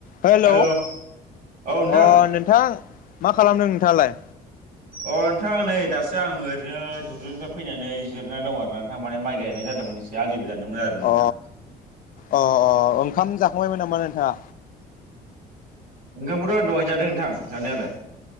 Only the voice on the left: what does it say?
Hello.
अ नोंथां मा खालामदों नोंथाङालाय?
अ अ अ ओंखाम जाखांबायमोन नामा नोंथाङा?